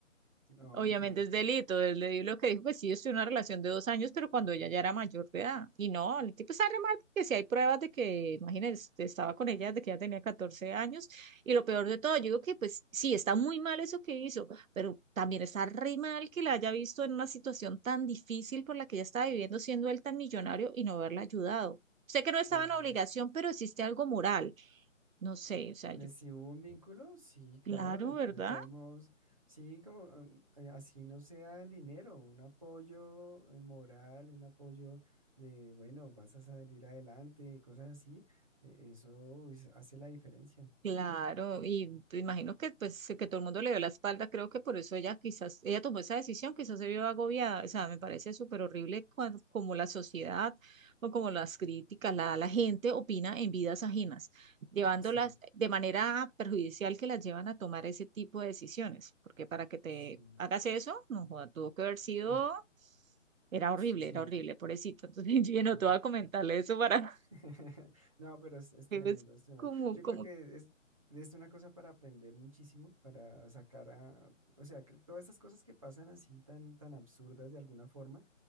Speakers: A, on the right (about 25°); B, on the right (about 85°).
A: Ok.
B: Obviamente es delito. Él le dijo lo que dijo, pues sí, yo estoy en una relación de dos años, pero cuando ella ya era mayor de edad. Y no, el tipo está re mal porque si hay pruebas de que, imagínense, estaba con ella desde que ella tenía 14 años. Y lo peor de todo, yo digo que pues sí, está muy mal eso que hizo, pero también está re mal que la haya visto en una situación tan difícil por la que ella estaba viviendo, siendo él tan millonario y no haberla ayudado. Sé que no estaba
A: Pues,
B: en obligación, pero existe algo moral. No sé, o sea,
A: pues
B: yo,
A: si hubo un vínculo, sí, claro,
B: claro,
A: de,
B: ¿verdad?
A: de todos modos, sí, como um, eh, así no sea en dinero, un apoyo eh, moral, un apoyo de, bueno, vas a salir adelante, cosas así, eh, eso pues, hace la diferencia.
B: Claro, y te imagino que pues que todo el mundo le dio la espalda, creo que por eso ella quizás, ella tomó esa decisión, quizás se vio agobiada, o sea, me parece súper horrible cuando, como la sociedad o como las críticas, la, la gente opina en vidas ajenas, llevándolas
A: Sí,
B: de manera perjudicial que las llevan a tomar ese tipo de decisiones, porque para que te
A: sí,
B: hagas eso, no joda, tuvo que haber sido,
A: <clears throat>
B: era horrible,
A: sí,
B: era horrible, pobrecito, entonces <laughs> yo no
A: no.
B: te voy a comentarle eso para <laughs>
A: <laughs> No, pero es, es tremendo,
B: que ves
A: es tremendo.
B: como,
A: Yo
B: como,
A: creo que es, es una cosa para aprender muchísimo, para sacar a, o sea, que todas esas cosas que pasan así tan, tan absurdas de alguna forma,